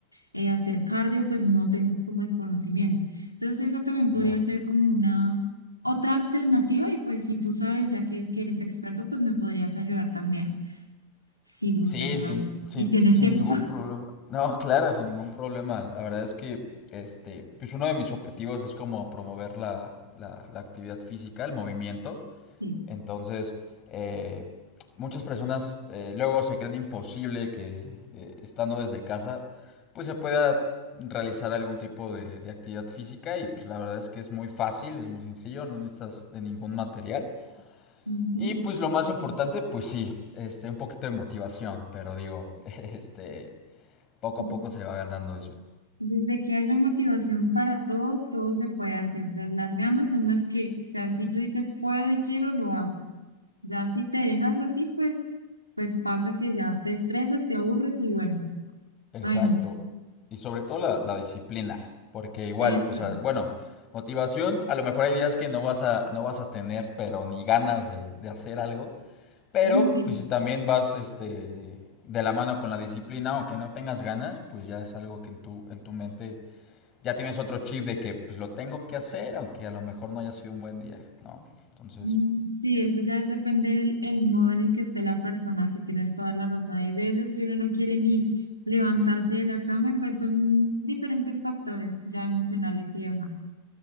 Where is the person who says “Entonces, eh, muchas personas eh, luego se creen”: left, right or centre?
Left